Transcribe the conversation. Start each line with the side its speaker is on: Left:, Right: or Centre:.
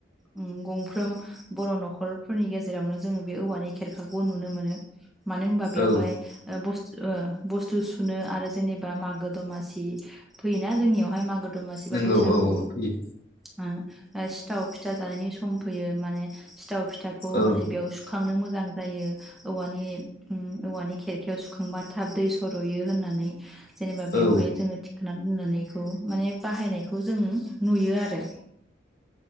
Centre: उ गंफ्रोम बर नखरफोरनि गेजेरावनो जोङो बे औवानि खेरखाखौबो नुनो मोनो मानो होनबा बेवहाय
Left: औ
Centre: ओ बुस्थ बुस्थु सुनो आरो जेनेबा मागो दमासि फैयोना जोंनियावहाय मागो दमासि बा
Left: नंगौ
Centre: बैसागु
Left: औ औ फैयो
Centre: आ ओ सिथाव फिथा जानायनि सम फैयो माने सिथाव फिथाखौ
Left: औ
Centre: माने बेयाव सुखांनो मोज मोजां जायो औवानि उ औवानि खेरखायाव सुखांबा थाब दै सरयो होननानै जेनेबा बेवहाय
Left: औ
Centre: जोङो थि- खोना दोननानैखौ माने बाहायनायखौ जों नुयो आरो।